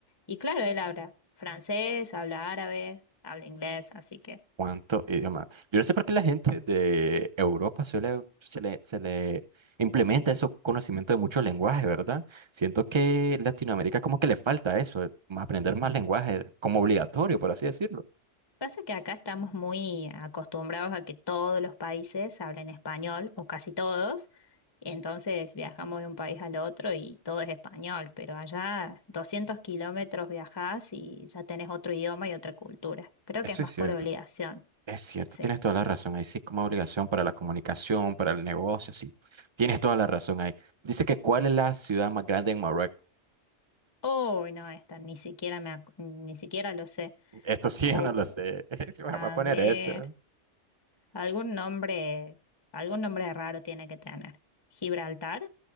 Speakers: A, on the left; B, on the right.
A: y claro, él habla francés, habla árabe, habla inglés, así que
B: cuánto idioma. Yo no sé por qué la gente de Europa suele, se le, se le implementa ese conocimiento de muchos lenguajes, ¿verdad? Siento que Latinoamérica como que le falta eso, eh, más aprender más lenguajes como obligatorio, por así decirlo.
A: pasa que acá estamos muy acostumbrados a que todos los países hablen español o casi todos, entonces viajamos de un país al otro y todo es español, pero allá 200 kilómetros viajás y ya tenés otro idioma y otra cultura. Creo
B: Eso
A: que es más
B: es cierto,
A: por obligación,
B: es cierto,
A: sí.
B: tienes toda la razón. Ahí sí como obligación para la comunicación, para el negocio, sí. Tienes toda la razón ahí. Dice que ¿cuál es la ciudad más grande en Marruecos?
A: Oh, no, esta ni siquiera me, ac- ni siquiera lo sé.
B: Esto sí,
A: O,
B: <laughs> yo no lo sé. <laughs> Voy
A: a
B: a poner
A: ver,
B: esto.
A: algún nombre, algún nombre raro tiene que tener. ¿Gibraltar?